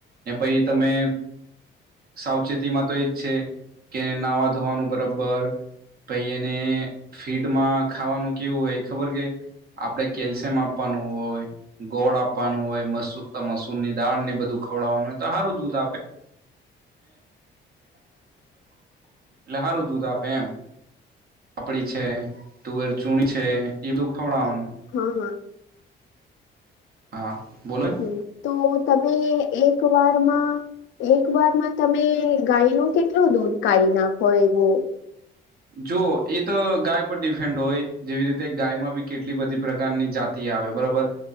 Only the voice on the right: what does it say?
ને પછી તમે. સાવચેતીમાં તો એજ છે કે નાવા ધોવાનું બરાબર પઈ એને ફીડમાં ખાવાનું કેવું હોય ખબર કે આપડે કેલ્શિયમ આપવાનું હોય. ગોળ આપવાનું હોય મસુ મસૂર ની દાળ ને બધું ખવડાવવાનું હોય તો હારું દૂધ આપે લારું દૂધ આપે એમ <unintelligible> પાપડી છે તુવેર ચૂણી છે એ બધું ખવડાવવાનું
હા બોલે.
જો એ તો ગાય પર ડિપેન્ડ હોય જેવી રીતે ગાયમાં બી કેટલી બધી પ્રકારની જાત તી આવે બરોબર